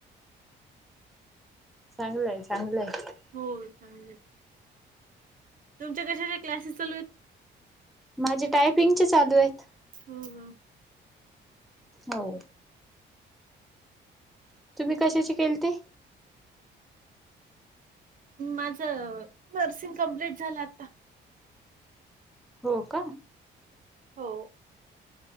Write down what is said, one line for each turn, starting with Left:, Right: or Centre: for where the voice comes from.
Centre: चांगलं आहे चांगलं आहे.
Right: हो चांगलं- <unintelligible> तुमच्या कशाचे क्लासेस चालू आहेत?
Centre: माझे टायपिंगचे चालू आहेत.
Right: हो हो.
Centre: हो. तुम्ही कशाची केलते?
Right: माझं नर्सिंग कम्प्लीट झालं आता.
Centre: हो का?
Right: हो.